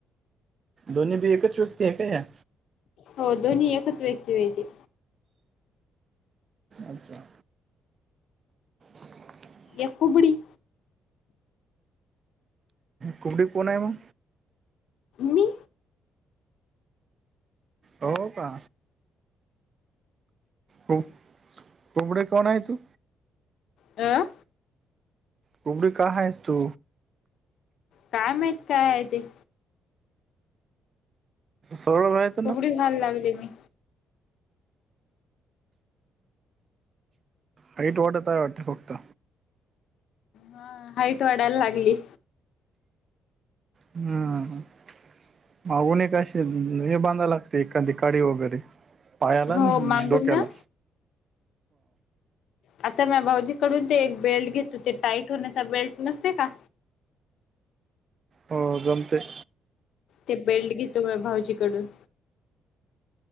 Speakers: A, on the right; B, on the left.
A: दोन्ही बी एकच व्यक्ती आहे का या.
B: हो दोन्ही एकच व्यक्ती व्हय ते.
A: अच्छा. <inaudible>
B: एक कुबडी.
A: कुबडी कोण आहे मग.
B: मी.
A: हो का हम्म कुबडे कोण आहे तू.
B: अं.
A: कुबडी का आहेस तू.
B: काय माहित काय आहे ते.
A: सरळच हाय
B: कुबडी व्हाय लागली मी.
A: हाईट वाढत आहे वाटत फक्त.
B: हा. हाईट वाढायला लागली.
A: हम्म हं. मागून एक अशी हे बांधव लागतय एखादी काडी वगैरे पायाला
B: हो
A: अन
B: मागून
A: डोक्याला.
B: ना आता म भाऊजीकडून ते एक बेल्ट घेतो ते टाईट होण्याचा बेल्ट नसते का?
A: हो गमतय.
B: ते बेल्ट घेतो म भाऊजीकडून.